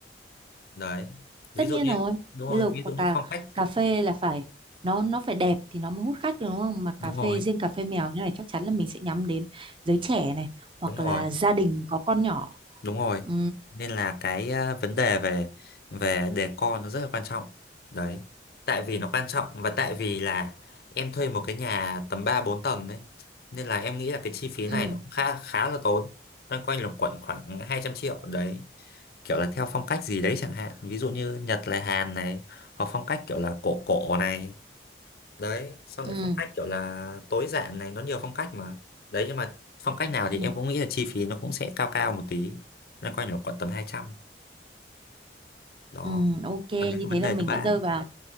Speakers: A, on the left; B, on the right.
A: đấy ví
B: Tất
A: dụ
B: nhiên
A: như
B: rồi.
A: đúng
B: Bây
A: rồi
B: giờ
A: ví
B: quả
A: dụ như
B: cà
A: phong cách
B: cà phê là phải nó nó phải đẹp thì nó mới hút khách được đúng không? Mà
A: đúng
B: cà phê
A: rồi
B: riêng cà phê mèo như này chắc chắn là mình sẽ nhắm đến giới trẻ này hoặc
A: đúng rồi
B: là gia đình có con nhỏ.
A: đúng rồi
B: Ừ
A: nên là cái à, vấn đề về về decor nó rất là quan trọng đấy tại vì nó quan trọng và tại vì là em thuê một cái nhà tầm 3 4 tầng đấy nên là em nghĩ là cái chi phí này
B: ừ
A: nó cũng khá khá là tốn loanh quanh là quẩn khoảng 200 triệu đấy kiểu là theo phong cách gì đấy chẳng hạn ví dụ như Nhật là Hàn này hoặc phong cách kiểu là cổ cổ này đấy xong
B: ừ
A: lại phong cách kiểu là tối giản này nó nhiều phong cách mà đấy nhưng mà phong cách nào thì
B: ừ
A: em cũng nghĩ là chi phí nó cũng sẽ cao cao một tí loanh quanh là khoảng tầm hai trăm đó
B: ừ ok
A: còn đến
B: như
A: cái vấn
B: thế là
A: đề
B: mình
A: thứ ba
B: đã rơi vào